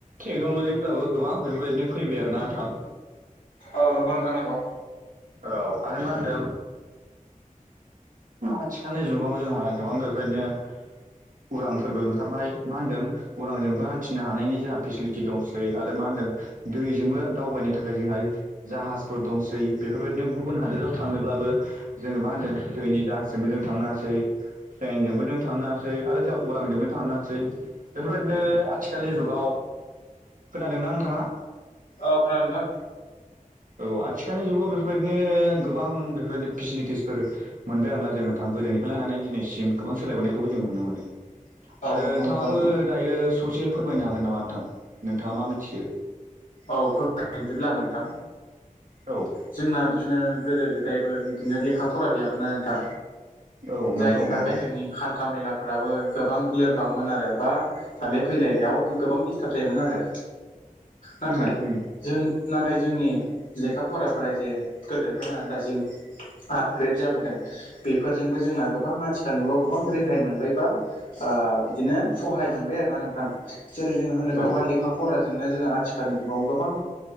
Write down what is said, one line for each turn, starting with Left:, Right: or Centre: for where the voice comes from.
Right: टेक्न'लजिफ्राबो गोबां बेफोरबायदिनो फैबाय आरोना नोंथां
Left: औ नंगौ नोंथां नांगौ
Right: औ आरो मा होनदों आथिखालनि जुगाव जोंहा गोबां बेबायदिनो उरांफोरबो ओंखारनाय मा होनदों उरांजोंबो हान्थिनो हानायनि जोंहा फेसिलिटि दंसै आरो मा होनदों दैजोंबो दावबायनो थाखाय जोंहा जाहाजफोर दंसै बेफोरबायदिनो गुबुन हादोराव थांनोब्लाबो जोङो मा होनदों दैनि जाहाजजोंबो जों थांनो हासै ट्रेनजोंबो जों थांनो हासै आरो जा उरांजोंबो थांनो हायोसै बेफोरबायदिनो आथिखालनि जुगाव खोनादोंना नोंथाङा
Left: औ खोनादों नोंथां
Right: औ आथिखालनि जुगाव बेफोरबायदिनो गोबां बेफोरबायदि फेसिलिटिसफोर मोनबाय आरोना जों नोंथां गोदोनिफ्राय लानानै दिनैसिम गोबां सोलायबोनायखौबो जों नुनो मोनो
Left: औ
Right: आरो
Left: नंगौ
Right: नोंथाङाबो
Left: नोंथां नंगौ।
Right: दायो ससे फोरमायनो हागोन नामा नोंथां नोंथाङा मा मिथियो
Left: औ फोरमायदिब्ला आं नोंथां
Right: औ
Left: जोंना बिदिनो गोदो गोदायबो बिदिनो लेखा फरा गैयामोन आं दा
Right: औ
Left: जायनि
Right: नंगौ
Left: थाखाय
Right: नंगौ
Left: जोंनि हा हान्थामेलाफोराबो गोबां लोरबांमोन आरो बा थांलाय फैलायाव गोबां दिडिस्टार्ब जायोमोन आरो नाथाय
Right: उम उम
Left: जों नाथाय जोंनि लेखा फराफोरा जे गोदोनिफ्राय लानानै दासिम आपग्रेड जाबोदों बेफोरजोंबो जोंना गोबां आथिखाल जुगाव गोबां रेहाय मोनबाय बा आ बिदिनो सहाय मोनबाय आरो ना नोंथां जेरै जोङो होननो थाङोबा
Right: औ
Left: लेखा फराजोंनो जोङो आथिखालनि जुगाव गोबां